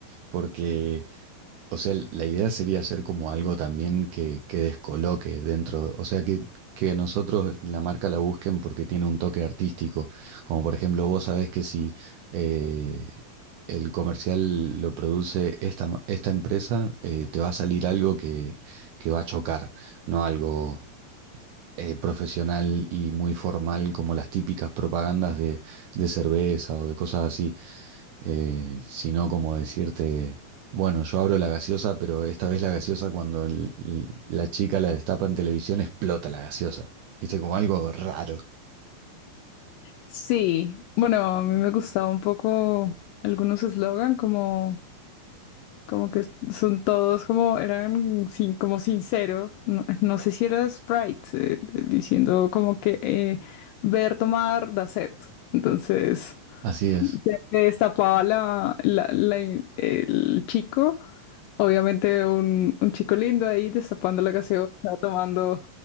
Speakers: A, on the right (about 75°); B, on the left (about 80°).
A: Porque O sea, la idea sería hacer como algo también que, que descoloque dentro, o sea, que, que nosotros la marca la busquen porque tiene un toque artístico. Como por ejemplo, vos sabés que si eh, el comercial lo produce esta, ma- esta empresa, eh, te va a salir algo que, que va a chocar, no algo eh, profesional y muy formal como las típicas propagandas de, de cerveza o de cosas así eh, sino como decirte, bueno, yo abro la gaseosa, pero esta vez la gaseosa cuando el- l- la chica la destapa en televisión explota la gaseosa. Viste, como algo raro.
B: Sí, bueno, a mí me gustaba un poco algunos eslogan como... Como que son todos como, eran sin, como sincero, no, no sé si era Sprite, eh, diciendo como que eh, ver tomar da sed. Entonces,
A: Así es.
B: se- se destapaba la, la- la- el chico, obviamente un, un chico lindo ahí destapando la gaseosa, tomando